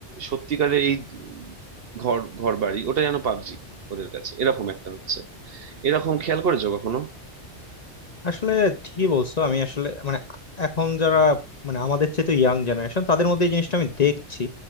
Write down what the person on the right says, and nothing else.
সত্যিকারের এই ঘর ঘর বাড়ি ওটা যেন পাবজি ওদের কাছে এরকম একটা হচ্ছে এরকম খেয়াল করেছো কখনো